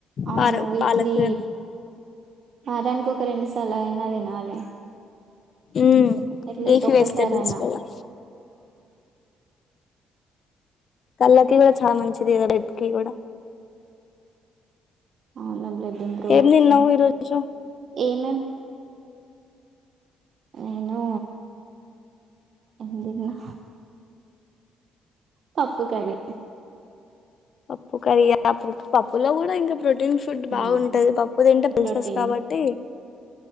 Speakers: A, on the right; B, on the left.
A: అవును
B: పాల
A: వీక్లీ
B: పాలకూర
A: వారానికి ఒక రెండు సార్లు అయినా తెనాలి
B: ఉమ్
A: అట్లీస్ట్
B: లీఫీ
A: ఒక్కసారి
B: వెజిటబుల్స్
A: అయినా
B: కదా కళ్ళకి కూడా చాలా మంచిది కదా బడ్కి కూడా
A: అవును బ్లడ్ ఇంప్రూవ్
B: ఏం
A: అయితది
B: తిన్నావు ఈరోజు
A: ఏమేం నేను ఏం తిన్నా పప్పు కర్రీ
B: పప్పు కర్రీ ఆ పప్పులో కూడా ఇ ప్రొటీన్ ఫుడ్ బాగుంటది
A: యా
B: పప్పు తింటే పిలిసేస్
A: ప్రోటీన్
B: కాబట్టి